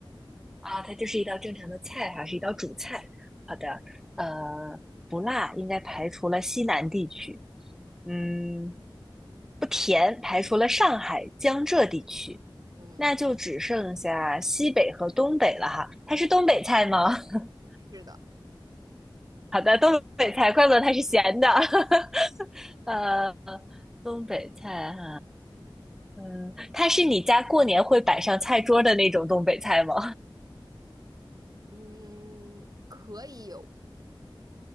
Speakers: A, in the centre; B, on the right.
A: 啊，它就是一道正常的菜哈，是一道主菜。好的，呃，不辣，应该排除了西南地区。嗯，
B: 嗯，
A: 不甜，排除了上海、江浙地区，
B: 嗯，
A: 那就只剩下西北和东北了哈。它是东北菜吗？<laughs>
B: 是的，
A: 好的，东北菜，怪不得它是咸的。<laughs> 呃，东北菜哈、嗯，它是你家过年会摆上菜桌的那种东北菜吗？
B: 嗯，可以有，